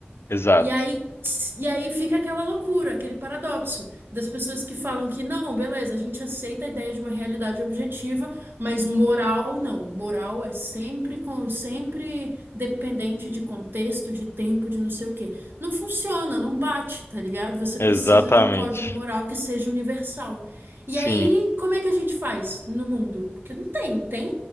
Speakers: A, on the left; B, on the right.
A: exato.
B: E aí, e aí fica aquela loucura, aquele paradoxo das pessoas que falam que não, beleza, a gente aceita a ideia de uma realidade objetiva, mas moral não. Moral é sempre com, sempre dependente de contexto, de tempo, de não sei o quê. Não funciona, não bate, tá ligado? Você precisa
A: Exatamente.
B: de um código moral que seja universal. E
A: Sim.
B: aí, como é que a gente faz no mundo? Porque não tem, tem?